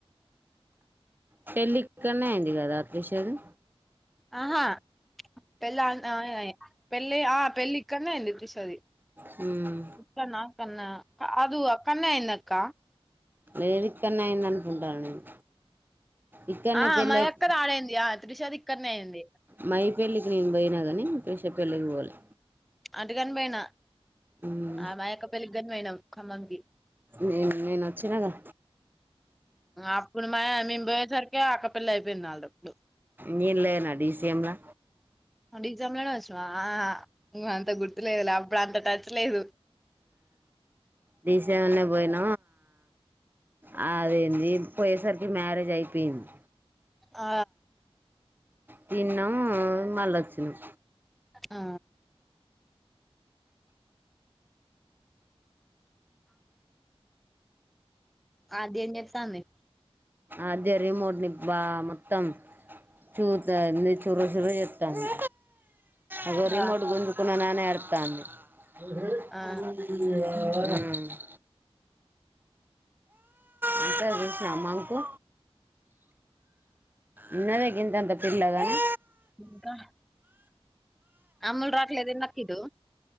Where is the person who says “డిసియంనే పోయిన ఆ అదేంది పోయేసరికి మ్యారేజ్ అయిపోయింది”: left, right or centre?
Right